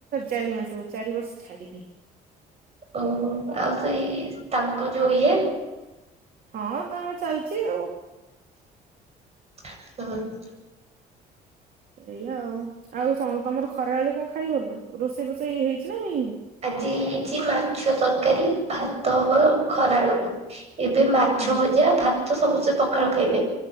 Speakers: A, on the right (about 55°); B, on the right (about 40°).
A: ଚାରି ମାସ ଚାରି ବର୍ଷ ଛାଡିକି
B: ଓହୋ ଆଉ ସେଇ ତାଙ୍କ ଯୋଉ ଇଏ
A: ହଁ ତାଙ୍କର ଚାଲିଛି ଆଉ।
B: <unintelligible>
A: ଏଇଆ ଆଉ ଆଉ ତମର ଖରାବେଳେ କଣ ଖାଇଗଲୁ। ରୋଷେଇ ଫୋଷେଇ ହେଇଛି ନା ହେଇନି?
B: ଆଜି ହେଇଛି ମାଛ ତରକାରୀ ଭାତ ଖରା ବେଳକୁ ଏବେ ମାଛ
A: ହୁଁ
B: ଭଜା ଭାତ ସମସ୍ତେ ପଖାଳ ଖାଇବେ।